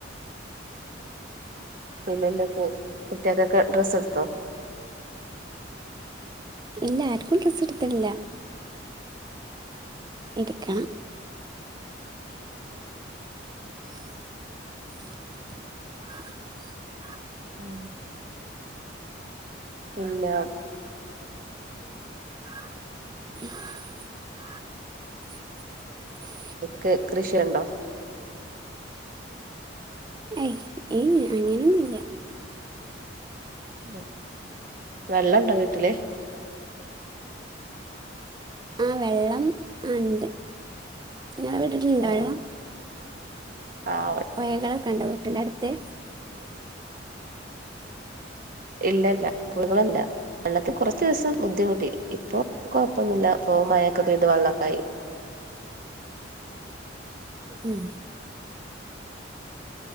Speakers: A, on the right; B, on the right.
A: പിന്നെ എന്തൊ കുട്ടികക്കൊക്കെ ഡ്രെസ് എടുത്തോ
B: ഇല്ല ആർക്കും ഡ്രസ്സ് എടുത്തിട്ടില്ല എടുക്കണം <inaudible>
A: <unintelligible> ഇല്ല
B: <inaudible>
A: <unintelligible> കൃഷിയുണ്ടോ
B: ഏയ് ഏയ് അങ്ങനൊന്നുമല്ല
A: ഉ വെള്ളം ഉണ്ടോ വീട്ടില്
B: ആഹ വെള്ളം ആ ഉണ്ട് ഇങ്ങളെ വീട്ടിലുണ്ടോ
A: ആ
B: വെള്ളം
A: ആ
B: പുയകളൊക്കെണ്ടോ വീട്ടിന്റെ അടുത്ത്
A: ഇല്ല ഇല്ല പുഴകളില്ല വെള്ളതിന് കുറച്ച്ദിവസം ബുദ്ധിമുട്ടി ഇപ്പൊ കൊഴപ്പൊന്നില്ല ഇപ്പ മഴൊക്കെ പെയ്ത് വെള്ളോക്കായി <inaudible>
B: ഉം